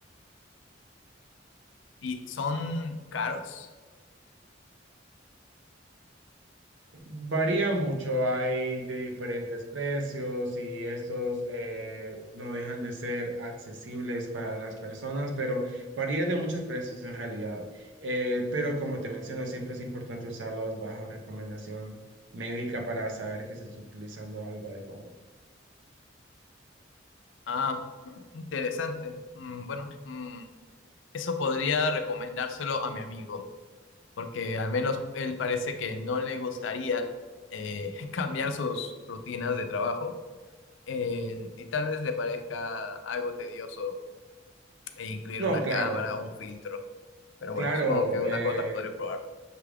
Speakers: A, on the left (about 80°); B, on the right (about 80°).
A: ¿Y son caros?
B: Varía mucho, hay de diferentes precios y estos eh, no dejan de ser accesibles para las personas, pero varían de muchos precios en realidad. Eh, pero como te menciono, siempre es importante usarlos bajo recomendación médica para saber que se está utilizando algo adecuado.
A: Ah, mm, interesante. Mm, bueno, mm, eso podría recomendárselo a mi amigo. porque al menos él parece que no le gustaría eh, <laughs> cambiar sus rutinas de trabajo eh, y tal vez le parezca algo tedioso e incluir
B: No,
A: una
B: claro,
A: cámara o un filtro. Pero
B: claro,
A: bueno, supongo que unas
B: eh,
A: cuotas podré probar.